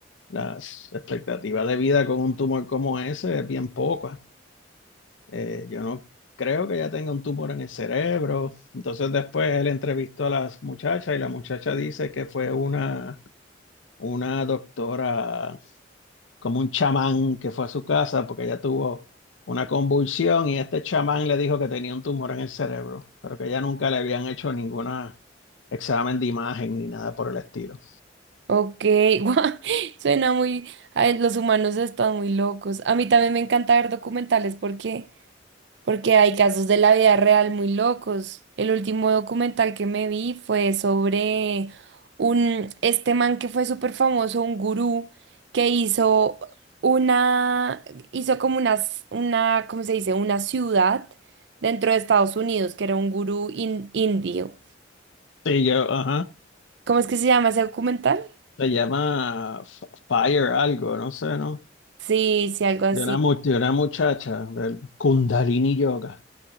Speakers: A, on the left; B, on the right.
A: las expectativas de vida con un tumor como ese es bien poca. Eh, yo no creo que ya tenga un tumor en el cerebro. Entonces después él entrevistó a las muchachas y la muchacha dice que fue una, una doctora como un chamán que fue a su casa porque ella tuvo una convulsión y este chamán le dijo que tenía un tumor en el cerebro, pero que ella nunca le habían hecho ningún examen de imagen ni nada por el estilo.
B: Ok, <laughs> guau, suena muy, ay, los humanos están muy locos. A mí también me encanta ver documentales porque Porque hay casos de la vida real muy locos. El último documental que me vi fue sobre un, este man que fue súper famoso, un gurú, que hizo una, hizo como una, s- una, ¿cómo se dice? Una ciudad dentro de Estados Unidos, que era un gurú in- indio.
A: Sí, yo, ajá,
B: ¿Cómo es que se llama ese documental?
A: se llama F- Fire algo, no sé, ¿no?
B: Sí, sí, algo así.
A: De una, mu- de una muchacha del Kundalini Yoga.